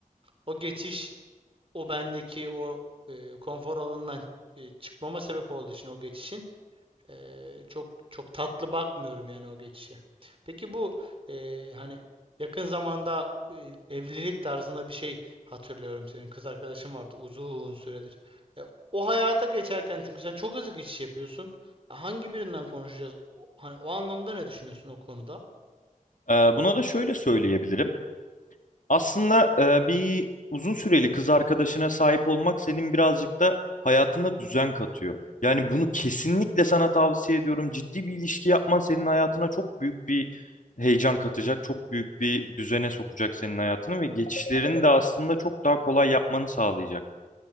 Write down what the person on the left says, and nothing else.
Ee, buna da şöyle söyleyebilirim. Aslında e, bir uzun süreli kız arkadaşına sahip olmak senin birazcık da hayatına düzen katıyor. Yani bunu kesinlikle sana tavsiye ediyorum. Ciddi bir ilişki yapman senin hayatına çok büyük bir heyecan katacak, çok büyük bir düzene sokacak senin hayatını ve geçişlerini de aslında çok daha kolay yapmanı sağlayacak.